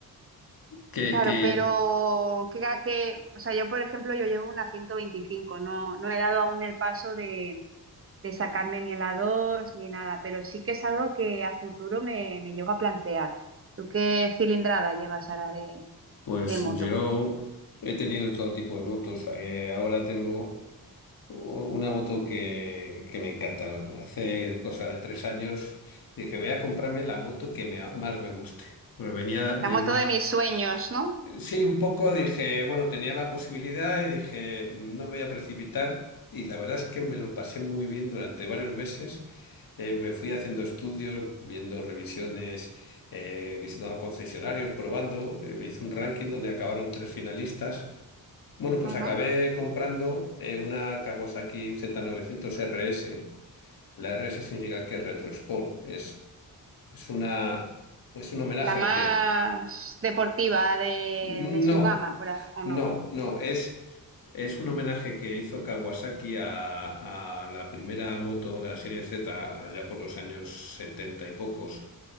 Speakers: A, on the left; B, on the right.
A: Que,
B: Claro,
A: que,
B: pero que, que, o sea, yo por ejemplo, yo llevo una 125, no, no he dado aún el paso de sacarme ni en la 2 ni nada, pero sí que es algo que a futuro me, me llego a plantear. ¿Tú qué cilindrada llevas ahora de,
A: pues
B: de moto?
A: yo he tenido todo tipo de motos. Eh, ahora tengo una moto que, que me encanta. Hace cosa de tres años dije, voy a comprarme la moto que me- más me guste. Pero venía de
B: La moto
A: una
B: de mis sueños, ¿no?
A: Sí, un poco dije, bueno, tenía la posibilidad y dije, "Mm, no me voy a precipitar. Y la verdad es que me lo pasé muy bien durante varios meses. Eh, me fui haciendo estudios, viendo revisiones, eh, visitando concesionarios, probando. Eh, me hice un ranking donde acabaron tres finalistas. Bueno, pues
B: Ajá.
A: acabé comprando eh, una Kawasaki Z900 RS. La RS significa que es retro sport. Es, es una, es un homenaje
B: La más
A: que...
B: deportiva de,
A: No,
B: de su gama, por a- ¿o
A: no,
B: no?
A: no, es... Es un homenaje que hizo Kawasaki a, a la primera moto de la serie Z, allá por los años 70 y pocos,